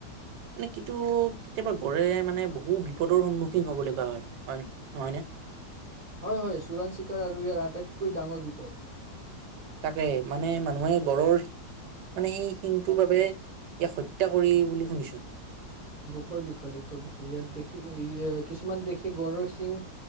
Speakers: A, on the right; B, on the right.
A: মানে কিটো কেতিয়াবা গড়ে মানে বহু বিপদৰ সন্মুখীন হ'ব লগা হয় হয়, নহয় নে।
B: হয় হয় চোৰাং চিকাৰ আৰু ইয়াৰ আটাইতকৈ ডাঙৰ বিপদ
A: তাকে, মানে মানুহে গড়ৰ মানে সেই শিংটোৰ বাবে ইয়াক হত্যা কৰি বুলি শুনিছোঁ।
B: দুখৰ বিষয়, দুখৰ বিষয়, ইয়াত দেখি হেই কিছুমান দেশি গড়ৰ সিং